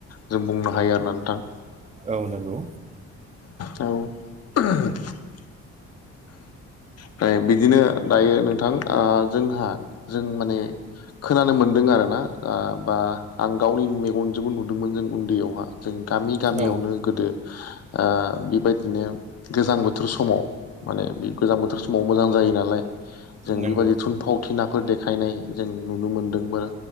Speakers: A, on the left; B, on the right.
A: जों बुंनो हायो आरोना नोंथां
B: औ नंगौ
A: औ <unintelligible> ओमफ्राय बिदिनो दायो नोंथां जोंहा जों माने खोनानो मोनदों आरोना ओ बा आं गावनि मेगनजोंबो नुदोंमोन जों उन्दैयावहा जों गामि गामियावनो
B: औ
A: गोदो ओ बेबायदिनो गोजां बोथोर समाव माने बे गोजां बोथोर सम समाव मोजां जायो नालाय जों
B: नंगौ
A: बेबायदि थुनफाव थिनाफोर देखायनाय जों नुनो मोन्दोंबो